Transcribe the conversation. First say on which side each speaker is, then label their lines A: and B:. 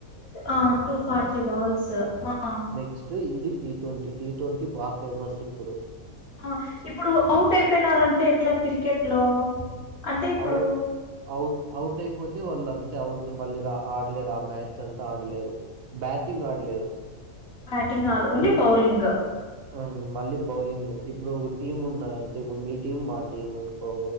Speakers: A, on the left (about 45°); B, on the right (about 70°).
A: ఆ టూ ఫార్టీ బాల్స్ ఆ
B: నెక్స్ట్ ఇది టీ ట్వంటీ. టీ ట్వంటీ బాగ ఫేమస్ ఇప్పుడు.
A: ఆ ఇప్పుడు అవుట్ అయిపోయినారంటే ఎట్లా క్రికెట్ లో. అంటే ఇప్పుడూ
B: అవు అవుట్ అవుట్ అయిపోతే వాళ్ అంతే అవుట్ మళ్ళీ రా ఆడలేరు ఆ మ్యాచ్ అంతా ఆడలేరు బ్యాటింగ్ ఆడలేరు
A: బ్యాటింగ్ ఆడ్ ఓన్లీ బౌలింగ.
B: హ్మ మళ్ళీ బౌలింగ. ఇప్పుడు ఒక టీమ్ ఉన్నదనుకో ఇప్పుడు మీ టీమ్ మా టీమనుకో